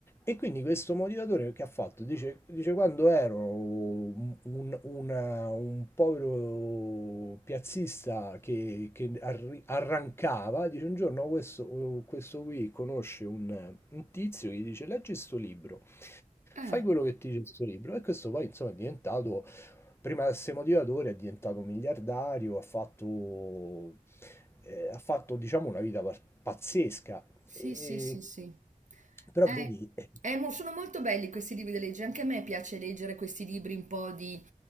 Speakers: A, on the left (about 15°); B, on the right (about 60°).
A: E quindi questo motivatore che ha fatto? Dice, dice quando ero un, un- una- un povero piazzista che, che arri- arrancava, dice un giorno questo, questo qui conosce un, un tizio che gli dice leggi sto libro.
B: Eh,
A: Fai quello che ti dice questo libro. E questo poi, insomma, è diventato, prima di essere motivatore, è diventato miliardario, ha fatto, eh, ha fatto, diciamo, una vita par- pazzesca.
B: sì,
A: E-
B: sì, sì, sì.
A: Però
B: Eh,
A: vedi, eh,
B: eh, mo- sono molto belli questi libri da leggere, anche a me piace leggere questi libri un po' di